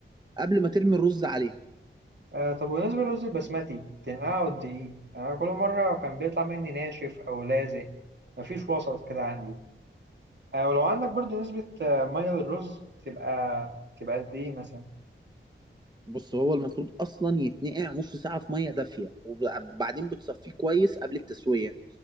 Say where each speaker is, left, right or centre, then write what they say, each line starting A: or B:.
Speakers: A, on the right; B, on the right.
A: قبل ما ترمي الرز عليها
B: آه طب بالنسبة للرز البسمتي تنقعه قد إيه؟ يعني أنا كل مرة كان بيطلع مني ناشف أو لازق مفيش وسط كده عندي آه ولو عندك برضه نسبة آه، مية للرز تبقى تبقى قد إيه مثلا؟
A: بص هو المفروض اصلا يتنقع نص ساعه في ميه دافيه وبعدين بتصفيه كويس قبل التسويه